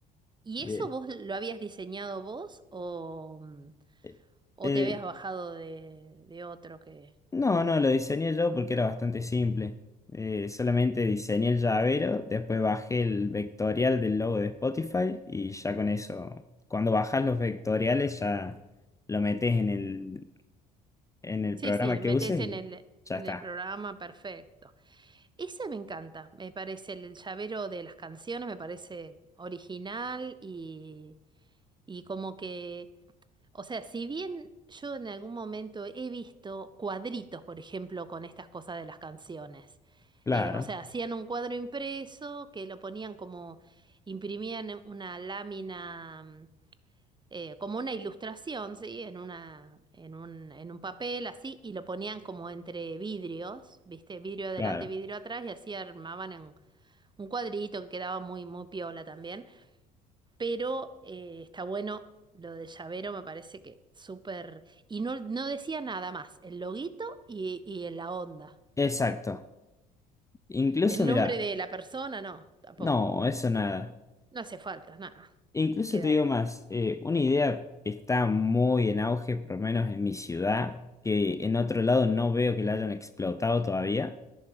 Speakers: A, on the right (about 20°); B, on the left (about 15°).
A: ¿y
B: Y
A: eso
B: de-
A: vos lo habías diseñado vos o, mm,
B: eh,
A: o
B: eh,
A: te habías bajado de, de otro que...
B: no, no, lo diseñé yo porque era bastante simple. Eh, solamente diseñé el llavero, después bajé el vectorial del logo de Spotify y ya con eso, cuando bajas los vectoriales ya lo metes en el, en el
A: Sí,
B: programa
A: sí,
B: que
A: metés
B: uses
A: en
B: y
A: el,
B: ya
A: en
B: está.
A: el programa, perfecto. Ese me encanta, me parece el llavero de las canciones, me parece original y, y como que, o sea, si bien yo en algún momento he visto cuadritos, por ejemplo, con estas cosas de las canciones,
B: Claro,
A: eh, o sea, hacían un cuadro impreso que lo ponían como, imprimían una lámina mm, eh, como una ilustración, ¿sí? En una, en un, en un papel así, y lo ponían como entre vidrios, ¿viste? Vidrio adelante,
B: claro.
A: vidrio atrás, y así armaban en un cuadrito que quedaba muy, muy piola también. Pero eh, está bueno lo del llavero, me parece que súper... Y no, no decía nada más, el loguito y, y en la onda.
B: Exacto. Incluso,
A: El
B: mira.
A: nombre de la persona, no, tampoco.
B: No, eso nada.
A: No hace falta, nada.
B: Incluso
A: Queda.
B: te digo más, eh, una idea que está muy en auge, por lo menos en mi ciudad, que en otro lado no veo que la hayan explotado todavía,